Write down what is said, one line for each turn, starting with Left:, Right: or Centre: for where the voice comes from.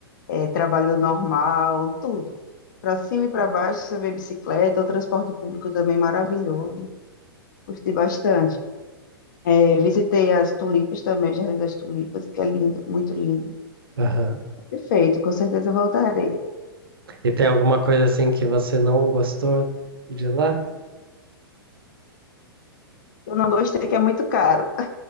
Left: é trabalho normal, tudo. Para cima e para baixo você vê bicicleta, o transporte público também maravilhoso. Gostei bastante. É, visitei as tulipas também, o Jardim das Tulipas, que é lindo, muito lindo.
Right: Aham.
Left: Perfeito, com certeza voltarei.
Right: E tem alguma coisa assim que você não gostou de lá?
Left: Eu não gostei que é muito caro,